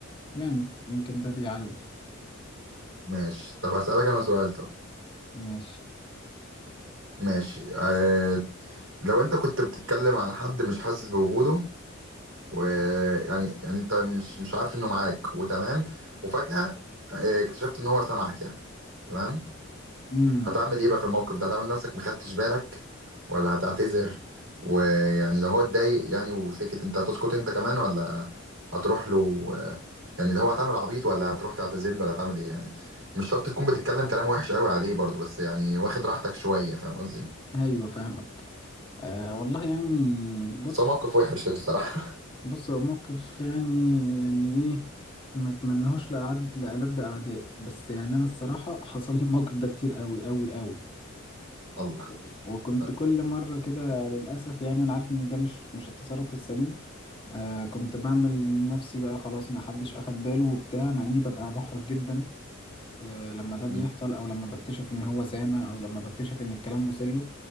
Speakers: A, on the left; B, on the right.
A: يعني يمكن ده بيعلم
B: ماشي طب هسألك انا سؤال طب
A: ماشي
B: ماشي آه... لو انت كنت بتتكلم عن حد مش حاسس بوجوده ويعني يعني يعني انت مش مش عارف انه معاك وتمام وفجأة آه، اكتشفت ان هو سامعك يعني تمام
A: مم.
B: هتعمل ايه بقى في الموقف ده هتعمل نفسك مخدتش بالك ولا هتعتذر ويعني لو هو اتضايق يعني وسكت انت هتسكت انت كمان ولا هتروح له آه، يعني لو هو هتعمل عبيط ولا هتروح تعتذر له ولا هتعمل ايه يعني مش شرط تكون بتتكلم كلام وحش قوي عليه برضه بس يعني واخد راحتك شوية فاهم قصدي
A: ايوه فاهمك آه والله يعني بص
B: بس هو موقف وحش الصراحة
A: بص هو موقف يعني يعني ايه ما اتمنهوش لأعد لألد أعدائي بس يعني أنا الصراحة <laughs> حصل لي الموقف ده كتير قوي قوي قوي
B: <laughs> الله
A: و- وكنت
B: طب.
A: كل مرة كده للأسف يعني أنا عارف إن ده مش مش التصرف السليم آه كنت بعمل نفسي بقى خلاص ما حدش أخد باله وبتاع مع إني ببقى محرج جدا آه لما ده بيحصل
B: مم.
A: أو لما بكتشف إن هو سامع أو لما بكتشف إن الكلام مسله